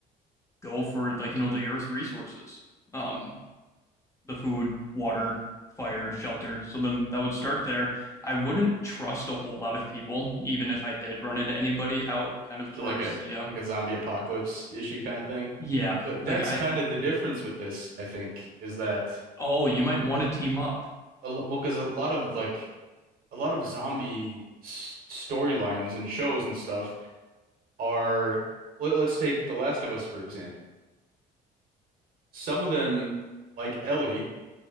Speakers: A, on the left; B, on the right.
A: go for like, you know, the earth resources. Um, the food, water, fire, shelter. So then that would start there. I wouldn't trust a whole lot of people, even if I did run into anybody out kind of towards
B: So like a
A: the uh,
B: like a zombie apocalypse issue kind of thing.
A: yeah,
B: But
A: like
B: that's
A: I
B: kind of the difference with this, I think, is that
A: oh, you might want to team up.
B: a lo- well, because a lot of like a lot of zombie s- storylines and shows and stuff are let, us take The Last of Us for example. Some of them, like Ellie,